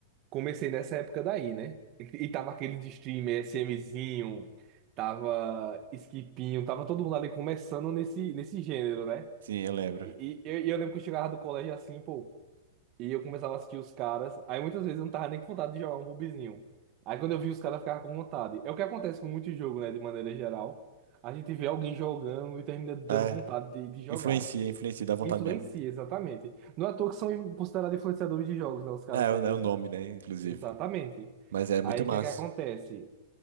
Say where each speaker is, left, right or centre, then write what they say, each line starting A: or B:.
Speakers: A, on the right; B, on the right.
A: comecei nessa época daí, né? E, e tava aquele de streamer, SMzinho, tava Skipinho, tava todo mundo ali começando nesse, nesse gênero, né?
B: Sim, eu lembro.
A: E, e eu, e eu lembro que eu chegava do colégio assim, pô, e eu começava a assistir os caras, aí muitas vezes eu não tava nem com vontade de jogar um bobizinho. Aí quando eu vi os caras, eu ficava com vontade. É o que acontece com muito jogo, né, de maneira geral. A gente vê alguém jogando e termina dando
B: É,
A: vontade de, de jogar.
B: influencia, influencia, dá vontade
A: Influencia,
B: mesmo.
A: exatamente. Não é à toa que são considerados influenciadores de jogos, né, os caras
B: É,
A: que
B: é
A: fazem
B: o é o
A: isso.
B: nome, né, inclusive.
A: Exatamente.
B: Mas é muito
A: Aí o
B: massa.
A: que é que acontece?